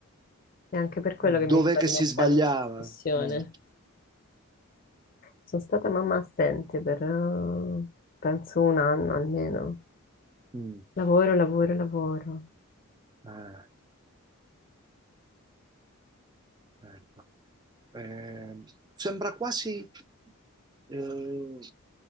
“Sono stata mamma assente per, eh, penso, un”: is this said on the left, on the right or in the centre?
Left